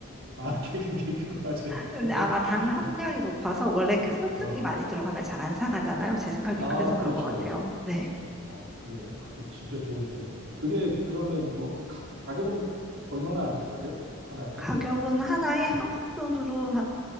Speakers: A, on the right; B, in the centre.
A: 아, <laughs> 케이크는 케이크가 맞아요.
B: 근데
A: 근데
B: 아마 당 함량이
A: 어,
B: 높아서 원래 그 설탕이
A: 어,
B: 많이 들어가면 잘 안 상하잖아요. 제 생각에
A: 아,
B: 그래서 그런
A: 그렇죠.
B: 것 같아요.
A: 예. 예.
B: 네.
A: 어, 그래요. 그거 진짜 좋은 정보네. 그게 그러면 뭐 그 가격은 얼마나 하지, 하죠? 하나에?
B: 가격은 하나에 한국 돈으로 한